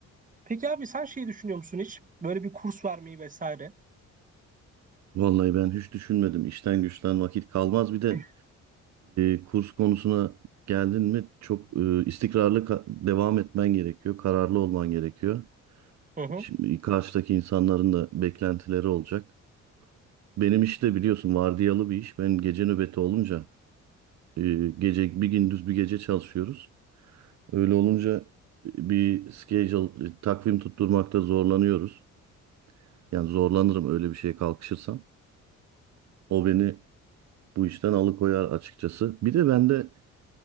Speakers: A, on the right; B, on the right.
A: Peki abi sen şey düşünüyor musun hiç? Böyle bir kurs vermeyi vesaire.
B: Vallahi ben hiç düşünmedim. İşten güçten vakit kalmaz. Bir de
A: <laughs>
B: e, kurs konusuna geldin mi çok e, istikrarlı ka- devam etmen gerekiyor. Kararlı olman gerekiyor.
A: Hı hı.
B: Şimdi karşıdaki insanların da beklentileri olacak. Benim iş de biliyorsun vardiyalı bir iş. Benim gece nöbeti olunca e, gece bir gündüz bir gece çalışıyoruz. Öyle olunca e, bir schedule, e, takvim tutturmakta zorlanıyoruz. Yani zorlanırım öyle bir şeye kalkışırsam. O beni bu işten alıkoyar açıkçası. Bir de ben de